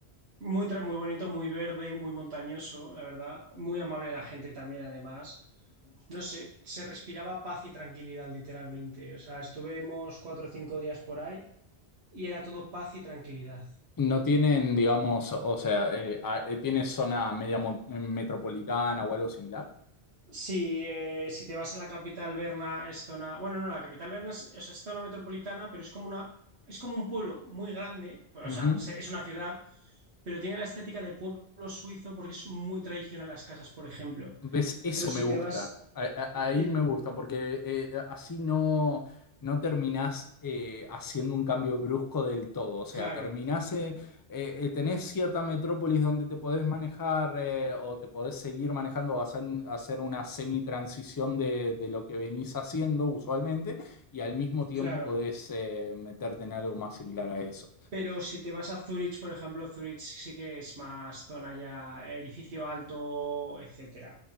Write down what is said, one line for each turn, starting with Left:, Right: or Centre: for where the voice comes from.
Right: Muy, tra- muy bonito, muy verde, muy montañoso, la verdad. Muy amable la gente también, además. No sé, se respiraba paz y tranquilidad, literalmente. O sea, estuvimos cuatro o cinco días por ahí y era todo paz y tranquilidad.
Left: No tienen, digamos, o sea, eh, a- eh, tiene zona media mo- eh, metropolitana o algo similar.
Right: sí eh, si te vas a la capital Berna, es zona. Bueno, no, la capital Berna es, o sea, es zona metropolitana, pero es como una, es como un pueblo muy grande. O
Left: Ujú.
Right: sea, se- es una ciudad, pero tiene la estética de pueblo suizo porque es muy tradicional las casas, por ejemplo.
Left: ¿Ves? Eso
Right: Pero si
Left: me gusta.
Right: te vas.
Left: A- a- Ahí
Right: eh,
Left: me gusta, porque eh, así no, no terminás eh, haciendo un cambio brusco del todo. O sea,
Right: claro.
Left: terminás, en- eh, eh, tenés cierta metrópolis donde te podés manejar eh, o te podés seguir manejando, vas a hacer una semi-transición de, de lo que venís haciendo usualmente y al mismo tiempo
Right: Claro,
Left: podés eh, meterte en algo más similar a eso.
Right: pero si te vas a Zurich, por ejemplo, Zurich sí que es más zona ya, edificio alto, etcétera.